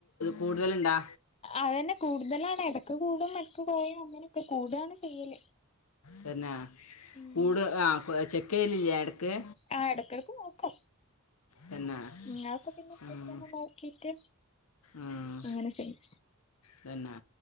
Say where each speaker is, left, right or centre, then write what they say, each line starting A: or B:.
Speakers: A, on the left; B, on the left.
A: കൂടുതലുണ്ടാ
B: അതുതന്നെ കൂടുതലാണ് ഇടക്ക് കൂടും ഇടക്ക് കൊറയും അങ്ങനെ ഇക്കെ കൂടാണ് ചെയ്യല്
A: പിന്നെ
B: ഉം
A: കൂട് ആഹ് ചെക്ക് ചെയ്യലില്ലേ ഓക്കെ
B: ആ എടക്കിടക്ക് നോക്കും
A: പിന്നെ
B: നിങ്ങക്കെ പിന്നെ പ്രെസറ്
A: ഉം
B: നോക്കിട്ട്
A: ഉം
B: അങ്ങനെ ചെയ്യും
A: പിന്നെ